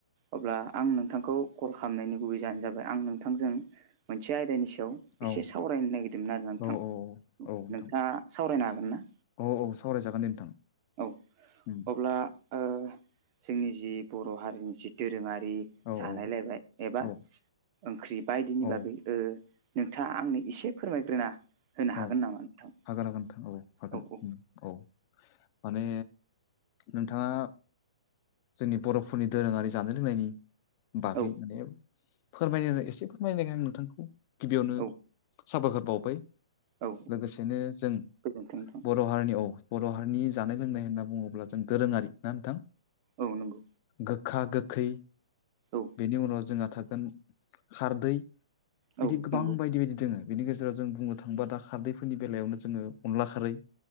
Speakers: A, on the right (about 30°); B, on the left (about 30°).
A: अब्ला आं नोंथांखौ कल खालामनायनि गुबै जानो जाबाय आं नोंथांजों मोनसे आयदानि सा <unintelligible>
B: औ
A: एसे सावरायनो नागिरदोंमोन आरो नोंथां
B: औ औ औ नोंथां
A: नोंथाङा सावरायनो हागोन ना
B: औ औ सावरायजागोन दे नोंथां
A: औ
B: उम
A: अब्ला ओ जोंनि जि बर' हारिनि जि दोरोङा जि
B: औ
A: जानायलायबाय
B: औ
A: एबा
B: औ
A: ओंख्रि बायदिनि
B: औ
A: बागै ओ नोंथाङा आंनो एसे फोरमायग्रोना होनो हागोन
B: औ
A: नामा नोंथां औ
B: हागोन हागोन नोंथां हागोन
A: औ
B: उम औ माने नोंथाङा जोंनि बर'फोरनि दोरोङारि जानाय लोंनायनि बागै
A: औ
B: माने फोरमायनो एसे फोरमाय <unintelligible> आं नोंथांखौ गिबियावनो
A: औ
B: साबायखर बावबाय
A: औ
B: लोगोसेनो जों
A: गोजोनथों नोंथां
B: बर बर' हारिनि औ बर' हारिनि जानाय लोंनाय होनना बुङोब्ला जों दोरोङारि ना नोंथां
A: औ नंगौ
B: गोखा गोखै
A: औ
B: बेनि उनाव जोंहा थागोन खारदै
A: औ
B: बिदि गोबां
A: नंगौ
B: बायदि बायदि दोङो बेनि गेजेराव जों बुं थांबा दा खारदैफोरनि बेलायावनो जोङो अनला खारै